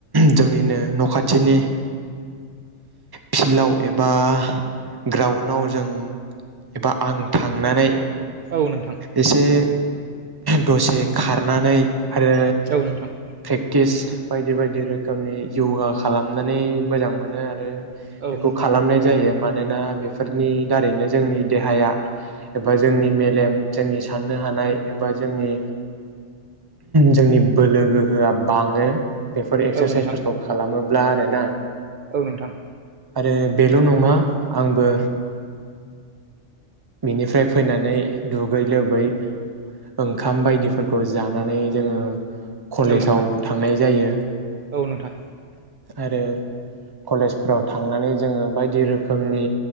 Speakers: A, on the right; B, on the right.
A: जोंनिनो न' खाथिनि फिल्डआव एबा ग्राउडआव जों एबा आं थांनानै
B: औ नोंथां
A: एसे दसे खारनानै आरो
B: औ नोंथां।
A: प्रेक्टिस बायदि बायदि रोखोमनि य'गा खालामनानै मोजां मोनो आरो
B: औ
A: बेखौ
B: नोंथां
A: खालामनाय जायो मान मानोना बेफोरनि दारैनो जोंनि देहाया एबा जोंनि मेलेम जोंनि साननो हानाय एबा जोंनि जोंनि बोलो गोहोआ बाङो। बेफोर एक्सारसाइसफोरखौ
B: औ नोंथां
A: खालामो ब्ला आरो ना।
B: औ नोंथां।
A: आरो बेल' नङा आंबो बिनिफ्राय फैनानै दुगै लोबै ओंखाम बायदिफोरखौ जानानै जोङो कलेजाव
B: औ नोंथां
A: थांनाय जायो।
B: औ नोंथां।
A: आरो कलेजफ्राव थांनानै जोङो बायदि रोखोमनि